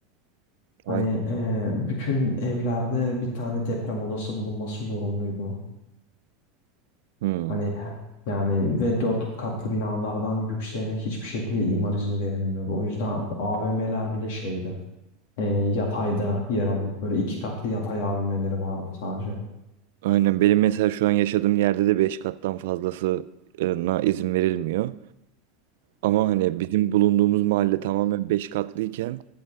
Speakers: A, on the left (about 70°); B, on the right (about 75°).
A: Hani
B: Aynen.
A: e, bütün evlerde bir tane deprem odası bulunması zorunluydu.
B: Hmm.
A: Hani yani ve dört katlı binalardan yükseğine hiçbir şekilde imar izni verilmiyordu. O yüzden AVM'ler bile şeydi. e, yatayda yer alıyordu. Böyle iki katlı yatay AVM'leri vardı sadece.
B: Aynen benim mesela şu an yaşadığım yerde de 5 kattan fazlasına izin verilmiyor. Ama hani bizim bulunduğumuz mahalle tamamen 5 katlıyken